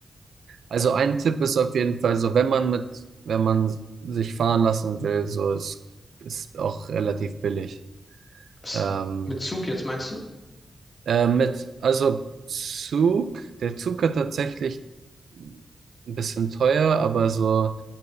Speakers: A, on the right; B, on the left.
A: Also ein Tipp ist auf jeden Fall so, wenn man mit, wenn man sich fahren lassen will, so es ist auch relativ billig.
B: Was?
A: Ähm,
B: Mit Zug jetzt meinst du?
A: äh, mit, also Zug, der Zug hat tatsächlich ein bisschen teuer, aber so,